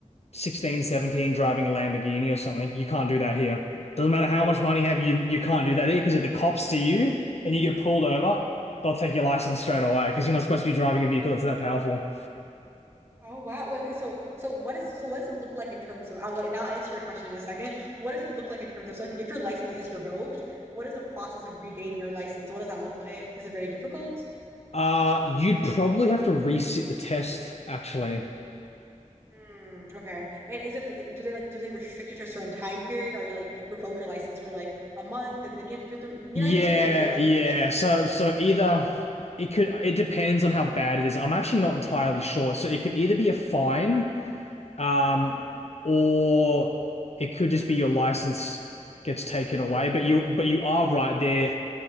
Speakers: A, on the left; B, on the right.
A: 16 17 driving a Lamborghini or something. You can't do that here. Doesn't matter how much money you have, you you can't do that here because if the cops see you and you get pulled over, they'll take your license straight away because you're not supposed to be driving a vehicle that's that powerful.
B: Oh wow. Wait, okay, so so what is so what does it look like in terms of I'll like now answer your question in a second. What does it look like in terms of so if, if your license is revoked, what is the process of regaining your license? What does that look like? Is it very difficult?
A: Uh, you'd probably have to reset the test, actually.
B: Mm, okay. And is it do they like do they restrict it to a certain time period? Are you like revoked your license for like a month and then you have to do it through, you
A: Yeah,
B: know what I mean? Is it- is there like
A: yeah.
B: s-
A: So so either it could it depends on how bad it is. I'm actually not entirely sure. So it could either be a fine, um,
B: Mhm.
A: or it could just be your license gets taken away. But you but you are right there.